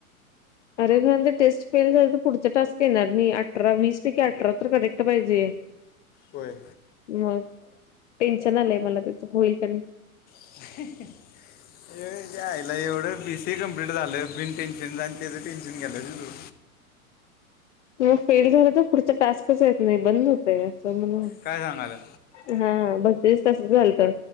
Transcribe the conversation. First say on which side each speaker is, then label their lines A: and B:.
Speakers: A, on the left; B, on the left.
A: अरे खर म्हणजे टेस्ट फेल झाले तर पुढचा टास्क येणार नाइ अठरा वीस पैकी अठरा तर करेक्ट पाहिजे.
B: होय
A: मग टेन्शन आलंय मला त्याच होईल का नाही.
B: ह आईला एवढं बीसीए कमप्लीट झालं बीन टेन्शनच नं त्याचं टेन्शन घ्यालीस व्हय तू.
A: मग फेल झालं तर पुढच टास्कच येत नाही बंद होतय. चल म्ह
B: काय सांगायला
A: हा बघ तेच तसच झालत